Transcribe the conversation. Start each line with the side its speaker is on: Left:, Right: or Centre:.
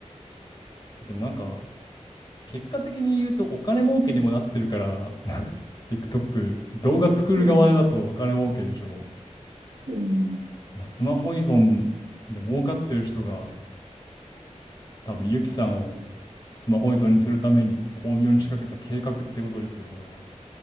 Left: でもなんか、結果的に言うとお金儲けにもなってるから、TikTok、動画作る側だとお金儲けでしょ。
Right: うん。うん。
Left: まあ、スマホ依存で儲かってる人が、多分ユキさんをスマホ依存にするために巧妙に仕掛けた計画ってことですよ、これは。